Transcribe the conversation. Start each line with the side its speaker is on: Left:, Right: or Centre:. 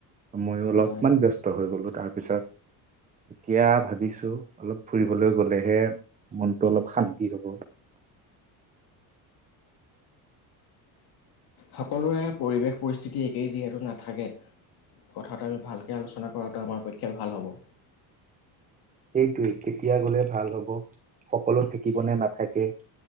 Right: ময়ো অলপমান
Left: হয়
Right: ব্যস্ত হৈ গ'লো। তাৰপিছত এতিয়া ভাবিছো, অলপ ফুৰিবলৈ গ'লেহে মনটো অলপ শান্তি হ'ব।
Left: সকলোৰে পৰিৱেশ পৰিস্থিতি একেই যিহেতু নাথাকে, কথাটো আমি ভালকে আলোচনা কৰাটো আমাৰ পক্ষে ভাল হ'ব।
Right: সেইটোৱে কেতিয়া গ'লে ভাল হ'ব সকলো থাকিবনে নাথাকে